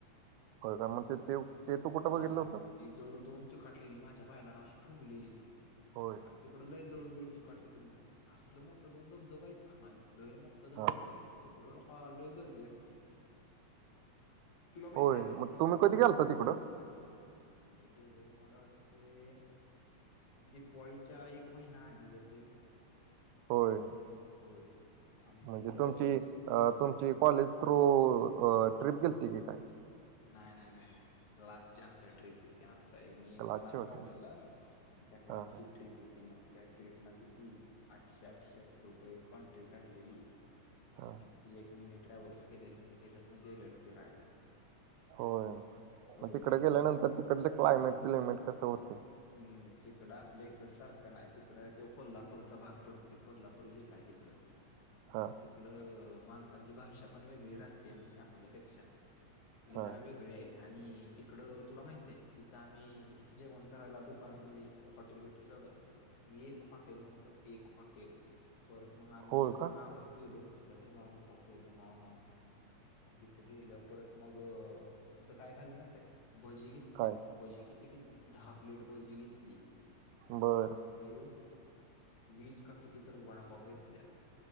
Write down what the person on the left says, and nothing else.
मं ती
हा
मग ती जळू दोन चिकाटलेली माझ्या पायाला आन अशी फुगलेली ती.
आणि तिकडं लै जळू बिळू चिकाटतित, असलं मोठं दोन धबधबं आहिती का माही लोय मोठ धबधबाय
हाय तिकडं लोय गर्दी असते. तुला
माहितेय का
की
मी गेलेलो, मला वाटतंय दिपवाळीच्या एक महिना आधी घर गेलेलो.
होय. आणि
तिकडं
नाही नाही नाही क्लासची आमच्या ट्रीप होती, आमचा मी एक
क्लास
लावलेला. मग त्या क्लासची
ट्रीप होती मग. त्या ट्रीपला किती, आठशे आठशे रुपये कॉन्ट्री काढलेली.
मग ती एक मिनी ट्रॅव्हल्स केलेले मंग. त्याच्यातनं गेलेलो फिरायला.
होय
ती
हम्म तिकडं आपल्या इकड सारखं नाही तिकडं त्यो कोल्हापूरचा भाग पडतोय कोल्हापूर जिल्हा आहे तिकडं. <inaudible> मग
तिकडं माणसांची भाषा पण वेगळी राहतिया, म्हणजे आपल्यापेक्षा आपली
जरा वेगळी आहे. आणि तिकडं तुला माहिताये? तिथं आम्ही जेवण करायला दुकान म्हणजे हॉटेल बिटेल शोधा. एक हॉटेल नव्हतं, एक हॉटेल. परत मग आम्ही
एका
गावात गेलो. कुठल्या तर गाव हुतं, त्याचं नाव नाही माहित. अन तितं गेल्यावर परत मग तिथं काय खाल्लं माहितये का, भजी घेत
भजी किती घेतली, दहा प्लेट भजी घेतली. आणि
मला वाट ते वीस का किती तर वडापाव घेतल्यालं,